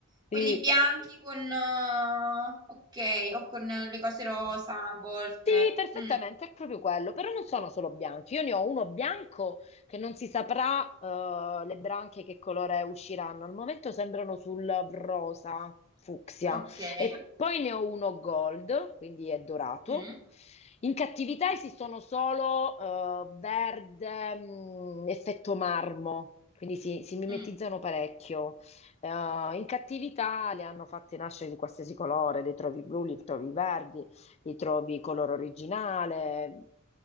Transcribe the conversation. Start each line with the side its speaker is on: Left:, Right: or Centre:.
Right: Quelli
Left: Sì.
Right: bianchi con... eh, ok, o con eh, le cose rosa a volte.
Left: Sì, perfettamente,
Right: Mm,
Left: è proprio quello, però non sono solo bianchi, io ne ho uno bianco che non si saprà
Right: Ok.
Left: eh, le branchie che colore usciranno, al momento sembrano sul rosa fucsia
Right: Okay.
Left: e poi ne ho uno gold, quindi è dorato.
Right: Mh.
Left: In cattività esistono solo eh, verde, mh, effetto marmo, quindi si, si mimetizzano
Right: Mh.
Left: parecchio. Eh, in cattività li hanno fatti nascere di qualsiasi colore, li trovi blu, li trovi verdi li trovi color originale,